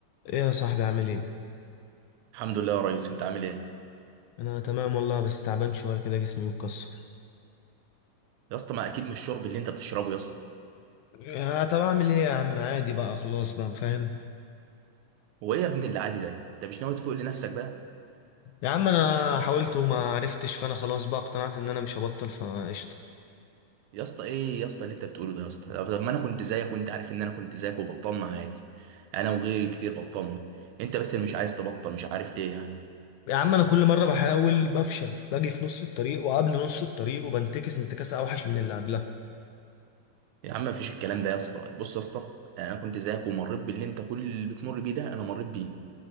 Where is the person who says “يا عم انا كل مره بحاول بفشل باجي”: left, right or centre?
Left